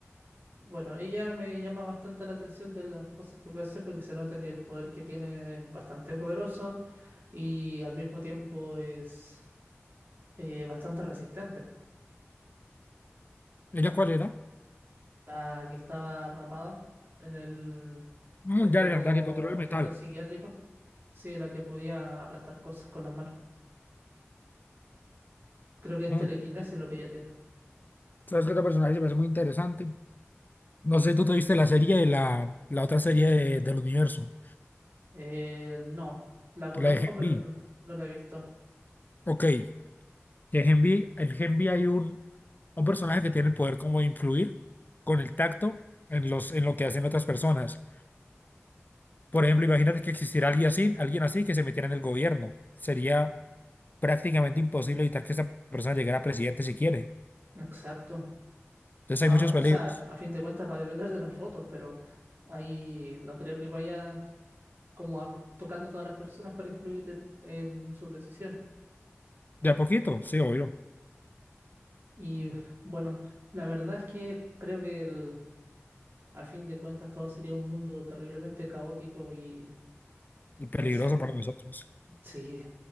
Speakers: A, on the right; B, on the left.
A: Bueno, ella me llama bastante la atención de las cosas que puede hacer porque se nota que el poder que tiene es bastante poderoso y al mismo tiempo es eh, bastante resistente.
B: ¿Ella cuál era?
A: La que estaba rapada en el,
B: Mm,
A: este
B: ya era
A: como
B: la que controla el
A: hospital
B: metal.
A: psiquiátrico. Sí, la que podía aplastar cosas con las manos. Creo que es
B: Mm.
A: telequinesis lo que ella tiene.
B: ¿Sabes qué otro personaje se me hace muy interesante? No sé, tú te viste la serie de la, la otra serie de- del universo,
A: Eh, no, la conozco,
B: la de Gen
A: pero
B: V.
A: no, no la he visto.
B: Ok, Que en Genvi, en Genvi hay un, un personaje que tiene el poder como de influir con el tacto en, los, en lo que hacen otras personas. Por ejemplo, imagínate que existiera alguien así, alguien así que se metiera en el gobierno. Sería prácticamente imposible evitar que esa persona llegara a presidente si quiere.
A: Exacto.
B: Entonces
A: Ah,
B: hay muchos
A: o
B: peligros.
A: sea, a fin de cuentas va a depender de los votos, pero ahí no creo que vaya como hab- tocando a todas las personas para influir en sus decisiones.
B: De a poquito, sí, obvio.
A: Y bueno, la verdad es que creo que el, a fin de cuentas todo sería un mundo terriblemente caótico y
B: Y peligroso
A: no sé.
B: para nosotros.
A: Sí,